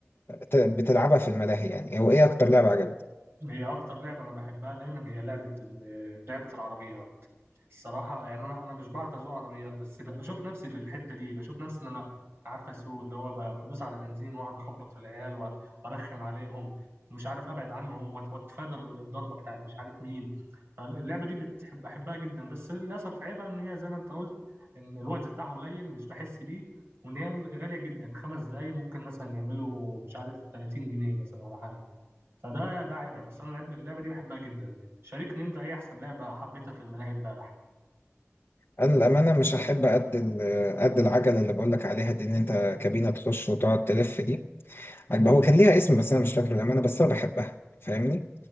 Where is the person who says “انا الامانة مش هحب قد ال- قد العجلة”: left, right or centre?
Left